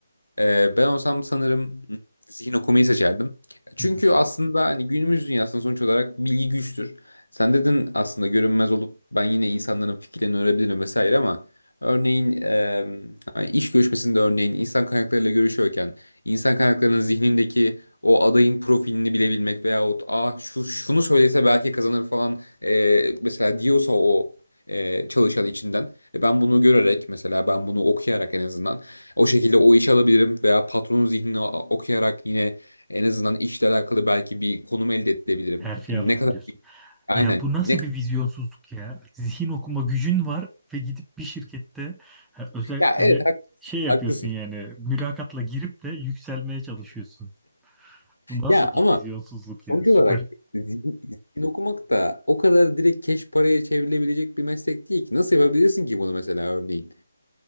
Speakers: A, on the left; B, in the centre.
A: Ee, ben olsam sanırım hmm, zihin okumayı seçerdim. Çünkü
B: Hı hı.
A: aslında hani günümüz dünyasında sonuç olarak bilgi güçtür. Sen dedin aslında görünmez olup ben yine insanların fikirlerini öğrenebilirim vesaire ama örneğin e, hani iş görüşmesinde örneğin insan kaynaklarıyla görüşüyorken insan kaynaklarının zihnindeki o adayın profilini bilebilmek veyahut Aa, şu şunu söylese belki kazanır falan e, mesela diyorsa o e, çalışan içinden e, ben bunu görerek mesela ben bunu okuyarak en azından o şekilde o işi alabilirim veya patronun zihnini okuyarak yine en azından işle alakalı belki bir konum elde edebilirim.
B: Terfi
A: Ne
B: alırım
A: kadar
B: diyorsun.
A: aynen
B: Ya bu nasıl
A: ne
B: bir vizyonsuzluk ya? Zihin okuma gücün var ve gidip bir şirkette ha, özellikle
A: ya evet
B: de
A: hak-
B: şey yapıyorsun
A: haklısın.
B: yani mülakatla girip de yükselmeye çalışıyorsun. Bu nasıl
A: Ya
B: bir
A: ama
B: vizyonsuzluk ya?
A: sonuç
B: Süper.
A: olarak zihin, zihin okumak da o kadar direkt keş paraya çevrilebilecek bir meslek değil ki. Nasıl yapabilirsin ki bunu mesela örneğin?